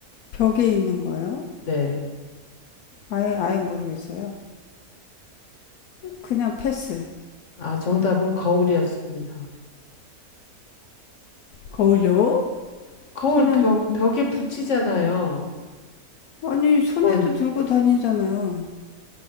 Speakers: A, on the left; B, on the left.
A: 벽에 있는 거예요?
B: 네.
A: 아예 아예 모르겠어요. 그냥 패스.
B: 아, 정답은 거울이었습니다.
A: 거울요?
B: 거울
A: 저는
B: 벽, 벽에 붙이잖아요.
A: 아니 손에도
B: 거울.
A: 들고 다니잖아요.